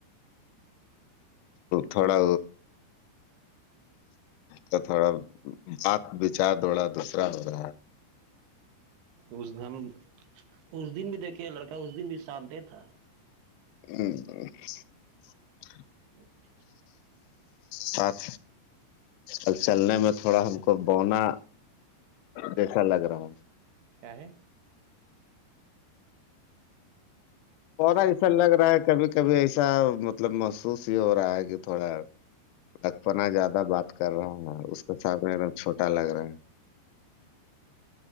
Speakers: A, on the left; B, on the right.
A: تھوڑا تو تھوڑا بات وچار دوڑا دوسرا ہو رہا ہے <inaudible>
B: اس ہم اس دن بھی دیکھے لڑکا اس دن بھی شانت تھا
A: ا <inaudible>
B: جچ
A: سات اب چلنے میں تھوڑا ہم کو بونا جسا لگ رہا ہے
B: کیااہے
A: تھڑا ایسا لگ رہا ہے کبھی کبھی ایسا مطلب محسوس ہی ہو رہا ہے کہ تھوڑا لکپناہ زیادہ بات کر رہا ہے اس کے ساتھنے ایک دم چھوٹا لگ رہا ہے